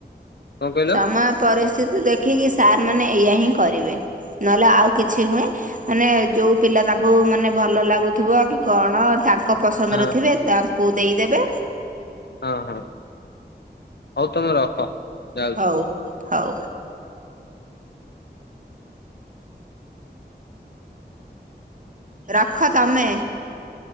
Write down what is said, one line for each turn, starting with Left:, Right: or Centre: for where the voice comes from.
Left: କଣ କହିଲ
Right: ସମୟ ପରିସ୍ଥିତି ଦେଖିକି ସାର୍ ମାନେ ଏଇଆ ହିଁ କରିବେ ନହେଲେ ଆଉ କିଛି ହୁଏ ମାନେ ଯୋଉ ପିଲା ତାଙ୍କୁ ମାନେ ଭଲ ଲାଗୁଥିବ କି କଣ ତାଙ୍କ ପସନ୍ଦରଥିବେ
Left: ହଁ
Right: ତାଙ୍କୁ ଦେଇଦେବେ
Left: ହଁ ହଁ ହଉ ତମେ ରଖ। ଯାଉଛି
Right: ହଉ ହଉ। ରଖ ତମେ?